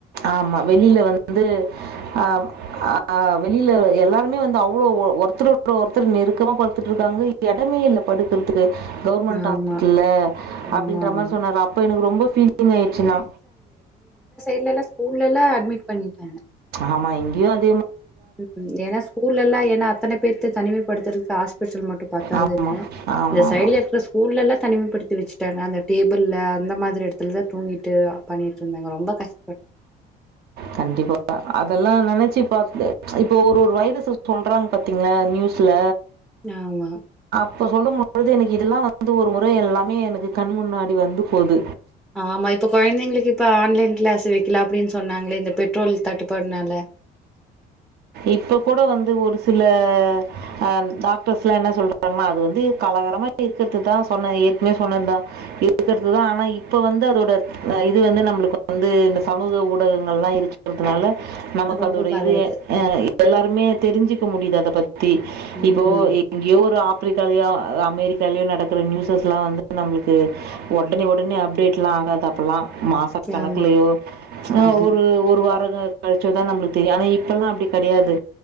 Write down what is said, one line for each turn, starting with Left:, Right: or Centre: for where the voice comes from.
Right: ஆமா வெளியில வந்து அஹ் வெளியில எல்லாருமே வந்து அவ்வளோ ஒருத்தர் ஒருத்தர் நெருக்கமாக படுத்துட்டுருக்காங்க இடமேயில்ல படுக்கறதுக்கு கவுர்மெண்ட்
Centre: ஆமா
Right: ஹாஸ்பிட்டல் அப்படின்ற
Centre: ஆமா ஆமா
Right: மாதிரி சொன்னா அப்ப எனக்கு ரொம்ப பீலிங் ஆயிடுச்சு நா
Centre: இங்கஎல்லாம் ஸ்கூல்ல அட்மிட் பண்ணிட்டாங்க
Right: ஆமா எங்கேயோ அந்
Centre: ம் ஏன்னா ஸ்கூல்ல எல்லாம் ஏன்னா அத்தனை பேத்த தனிமைப்படுத்துறது காஸ் ல் மட்டும் பத்தாதுன்னு
Right: ஆமா, ஆமாமா.
Centre: இந்த சைடுல இருக்கிற ஸ்கூல்ல எல்லாம் தனிமைப்படுத்தி மாத்தி வச்சிட்டாங்க அந்த டேபிள் அந்த மாதிரி இடத்துல தான் தூங்கிட்டு பண்ணிட்டு இருந்தாங்க ரொம்ப கஷ்
Right: கண்டிப்பா அதெல்லாம் நெனைச்சு ப்பாத்து இப்போ ஒரு ஒரு வைரஸ் சொல்றாங்க பாத்தீங்களா நியூஸ்ல
Centre: ஆமா
Right: இப்போ சொல்லும்போழுது எனக்கு இதெல்லாம் வந்து ஒரு முறை எல்லாமே எனக்கு கண் முன்னாடி வந்து போது
Centre: ஆமா இப்ப கொழந்தைங்களுக்கு இப்ப ஆன்லைன் கிளாஸ் வைக்கலாம் அப்படின்னு சொன்னாங்களே இந்த பெட்ரோல் தட்டுப்பாடுனால
Right: இப்ப கூட வந்து ஒரு சில அஹ் டாக்டர்ஸ் எல்லாம் என்ன சொல்றாங்கன்னா அது வந்து காலகாலமா இருக்கிறதுதான் சொன்ன ஏற்கனே சொன்னதுதான் இருக்கிறதுதான் ஆனா இப்ப வந்து அதோட இது வந்து நம்மளுக்கு வந்து இந்த சமூக ஊடகங்களாம் இருக்கிறதுனால நமக்கு
Centre: ரொம்ப
Right: அதோட
Centre: பரவுது
Right: இதுயே எல்லாருமே தெரிஞ்சிக்க முடியுது அதை பத்தி பத்தி
Centre: ம்
Right: இப்போ எங்கேயோ ஒரு ஆப் ஆப்பப்ரிக்காலேயோ அமெரிக்காலிலேயோ நடக்கிற நியூஸஸ்லாம் வந்து நம்மளுக்கு உடனே உடனே அப்டேட்லாம் ஆகாது அப்போலாம் மாச கணக்குலயோ
Centre: ஆமா
Right: ஆஹ
Centre: ஆமா
Right: ஒரு ஒரு வார ரொம்ப நாள் கழிச்சு தான் நம்மளுக்கு தெரியும் ஆனா இப் இப்பெல்லாம் அப்படி கிடையாது